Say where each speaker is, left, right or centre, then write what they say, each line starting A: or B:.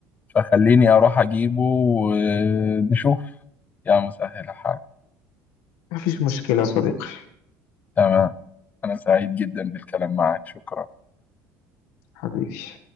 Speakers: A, on the left (about 25°); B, on the left (about 80°).
A: فخليني اروح اجيبه ونشوف يا مسهل الحال
B: مفيش مشكله يا صديقي
A: تمام انا سعيد جدا بالكلام معك شكرا
B: حبيبي